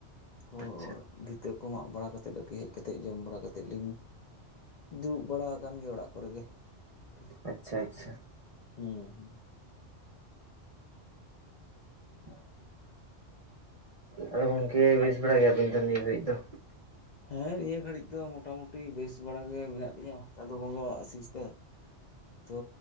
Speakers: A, on the left (about 50°); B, on the right (about 40°).
A: ᱛᱚ
B: ᱟᱪᱪᱷᱟ
A: ᱵᱷᱤᱛᱟᱹ ᱠᱚ ᱢᱟᱜ ᱵᱟᱲᱟ ᱠᱟᱛᱮᱫ ᱟᱨᱠᱤ ᱦᱮᱡ ᱠᱟᱛᱮ ᱡᱚᱢ ᱵᱟᱲᱟ ᱠᱟᱛᱮᱫ ᱞᱤᱧ <inaudible> ᱫᱩᱲᱩᱵ ᱵᱟᱲᱟ ᱟᱠᱟᱱ ᱜᱮ ᱚᱲᱟᱜ ᱠᱚᱨᱮ ᱜᱮ ᱾
B: ᱟᱪᱪᱷᱟ
A: <inaudible>
B: ᱟᱪᱪᱷᱟ
A: ᱦᱮᱸ ᱾
B: <inaudible> ᱟᱫᱚ ᱜᱚᱝᱠᱮ ᱵᱮᱥ ᱵᱟᱲᱟ ᱜᱮᱭᱟᱵᱤᱱ ᱱᱤᱭᱟᱹ ᱜᱷᱟᱹᱲᱤᱡ ᱫᱚ?
A: ᱦᱮᱸ ᱱᱤᱭᱟᱹ ᱜᱷᱟᱹᱲᱤᱡ ᱫᱚ ᱢᱳᱚᱴᱟᱢᱩᱴᱤ ᱵᱮᱥ ᱵᱟᱲᱟ ᱜᱮ ᱢᱮᱱᱟᱜ ᱞᱤᱧᱟ ᱪᱟᱸᱫᱳ ᱵᱚᱸᱜᱟᱣᱟᱜ ᱟᱥᱤᱥ ᱛᱮ ᱾ ᱛᱚ